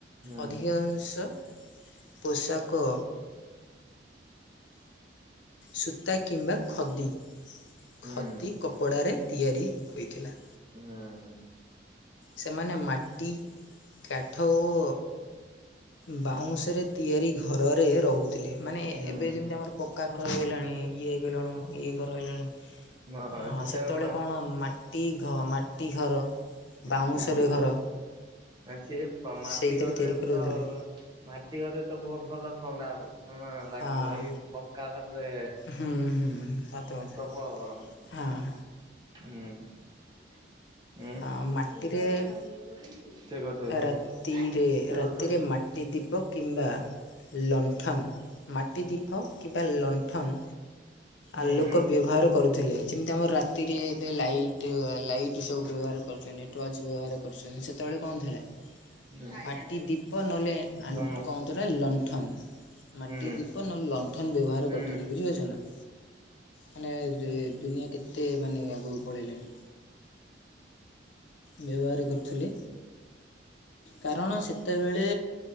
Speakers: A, on the right; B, on the left.
A: ହୁଁ
B: ଅଧିକାଂଶ ପୋଷାକ ସୂତା କିମ୍ବା ଖଦି
A: ହୁଁ
B: ଖଦି କପଡ଼ାରେ ତିଆରି ହୋଇଥିଲା।
A: ହୁଁ।
B: ସେମାନେ ମାଟି କାଠ ଓ ବାଉଁଶରେ ତିଆରି ଘରରେ ରହୁଥିଲି ମାନେ
A: ହୁଁ
B: ଏବେ
A: ହୁଁ
B: ଯେମିତି ଆମର ପକ୍କା ଘ ଘର ରହିଲାଣି ଇଏ ହେଇଗଲାଣୁ ଇଏ ଘର ହେଇଲାଣି ହଁ,
A: ମ ଯେତେବେଳେ
B: ସେତେବେଳେ
A: ମା
B: କଣ ମାଟି ଘ ମାଟି ଘର ବାଉଁଶରେ
A: ହୁଁ
B: ଘର
A: ସିଏ ମାଟି
B: ସେଇଥିରେ
A: ଘରରେ
B: ତିଆରି କରି ରହୁଥିଲେ।
A: ତ ମାଟି ଘରେ ତ ବହୁତ ଭଲ ଥଣ୍ଡା ହବ। ମାନ ଲାଗିବ
B: ହଁ।
A: ଏଇ ପକ୍କା ଘରରେ
B: ହୁଁ ହୁଁ ସତ କଥା।
A: ପ୍ରବଳ ବରମ୍।
B: ହଁ
A: ହୁଁ।
B: ହଁ ମାଟିରେ
A: <inaudible>
B: ରାତିରେ ରାତିରେ ମାଟି ଦୀପ କିମ୍ବା ଲଣ୍ଠନ ମାଟି ଦୀପ କିମ୍ବା ଲଣ୍ଠନ
A: ହୁଁ
B: ଆଲୋକ
A: ହୁଁ
B: ବ୍ୟବହାର କରୁଥିଲେ ଯେମିତି ଆମର ରାତିରେ ଏବେ ଲାଇଟ ଲାଇଟ୍ ସବୁ ବ୍ୟବହାର କରୁଚନ୍ତି ଟର୍ଚ୍ଚ ବ୍ୟବହାର କରୁଛନ୍ତି ସେତେବେଳେ କଣ ଥିଲା
A: ହୁଁ
B: ମାଟି ଦ୍ୱୀପ ନହେଲେ ଆ
A: ସମ
B: କଣତ ଏଟା ଲଣ୍ଠନ। ମାଟି
A: ହୁଁ
B: ଦୀପ ନ ହେଲେ, ଲଣ୍ଠନ ବ୍ୟବହାର
A: ହୁଁ
B: କରିୁଥିଲେ ବୁଝିପାରୁଛ ନା। ମାନେ ଦୁନିଆ କେତେ ମାନେ ଆଗକୁ ପଳେଇଲାଣି। ବ୍ୟବହାର କରୁଥିଲେ। କାରଣ ସେତେବେଳେ